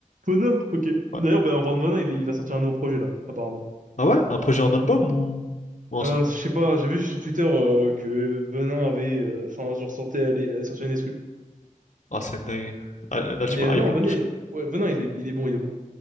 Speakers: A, on the right; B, on the left.
A: Venin, ok.
B: Ouais.
A: D'ailleurs, ben, en parlant de Venin, il, il va sortir un nouveau projet là, apparemment.
B: Ah ouais? Un projet en album ou, ou un
A: Euh,
B: son?
A: je sais pas, j'ai vu sur Twitter euh, que Venin avait, euh, enfin, genre sortait, allait, allait sortir une exclu.
B: Ah, c'est dingue. Ah, Là, tu
A: Mais
B: m'as
A: non,
B: hype, là.
A: Venin, ouais, Venin, il est, il est bon, il est bon.